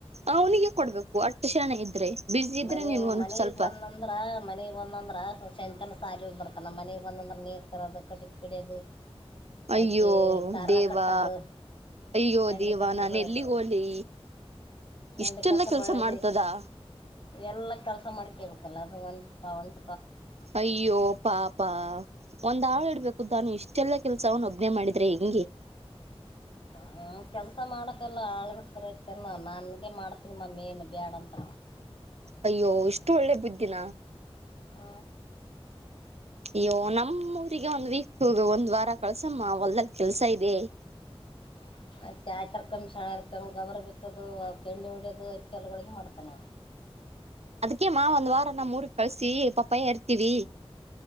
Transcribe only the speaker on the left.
ಮನಿ
ಮನಿ
ಗ್ ಬಂದಂದ್ರ ಮನಿ ಗ್ ಬಂದಂದ್ರ ಸಂಚನ್ ಸಾಲ ಬರ್ತಾನ ಮನೆಗ್ ಒಂದೊಂದ್ರ ನೀರ ತರದು ಅದು ಕಟ್ಟಿಗೆ ಕಡಿಯೋದು.
ಅತ್ತಿ ಖಾರ
ಕಟ್ಟೋದು
ಎಂಡಿ
ಕಸ
ಬೆಳೆದು
ಎಂಡಿ ಕಸ
ಬೆಳೆದು
ಎಲ್ಲ ಕೆಲಸ ಮಾಡ್ಕೇಳ್ಬೇಕಲ್ಲ ಅದು ಒಂಟಪ ಒಂಟ
ಹ್ಮ ಕೆಲ್ಸ ಮಾಡಕಲ್ಲ ಆಳ್ ಹಯತನ ನನ್ಗೆೇ ಮಾಡ್ತೀನಿ ಮಮ್ಮ ನು ಬ್ಯಾಡ ಅಂತ.
ಹ್ಮ.
<unintelligible> ಕ್ ಸಣಕ್ ಗೊಬರ ಬಿತ್ತದು ಅವಕ ಎಣ್ಣಿ ಹೊಡಿಯೋದು ಇತ್ಯಲ್ಲಗಳಿಗೆ ಮಾಡ್ತಾನ.